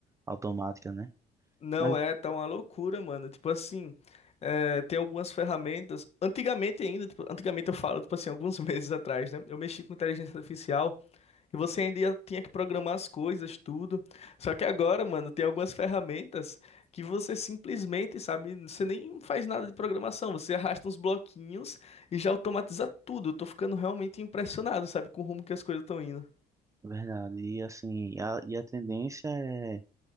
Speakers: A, on the right; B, on the left.
A: automática, né?
B: Não
A: Mas,
B: é, tá uma loucura, mano. Tipo assim, é, tem algumas ferramentas. Antigamente ainda, tipo, antigamente eu falo, tipo assim, alguns <laughs> meses atrás, né? Eu mexi com inteligência artificial e você ainda ia- tinha que programar as coisas, tudo. Só que agora, mano, tem algumas ferramentas que você simplesmente, sabe, você nem faz nada de programação, você arrasta uns bloquinhos e já automatiza tudo. Eu tô ficando realmente impressionado, sabe, com o rumo que as coisas estão indo.
A: verdade, e assim, a, e a tendência é